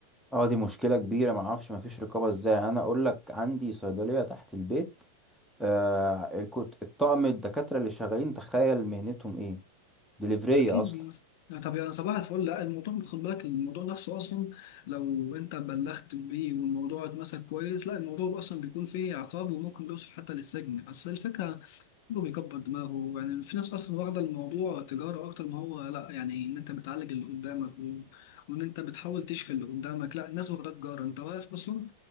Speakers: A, in the centre; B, on the left.
A: اه دي مشكلة كبيرة معرفش مفيش رقابة ازاي يعني انا اقول لك عندي صيدلية تحت البيت آه كنت الطاقم الدكاترة اللي شغالين تخيل مهنتهم ايه دليفرية
B: اكيد
A: اصلا
B: بيف- لا طب يا صباح الفل لا الموضوع خد بالك الموضوع نفسه اصلا لو انت بلغت بيه والموضوع اتمسك كويس لا الموضوع اصلا بيكون فيه عقاب وممكن بيوصل حتى للسجن بس الفكره كله بيكبر دماغه يعني في ناس اصلا واخده الموضوع تجاره اكتر ما هو لا يعني ان انت بتعالج اللي قدامك و... وان انت بتحاول تشفي اللي قدامك لا الناس واخده تجاره انت واقف اصلا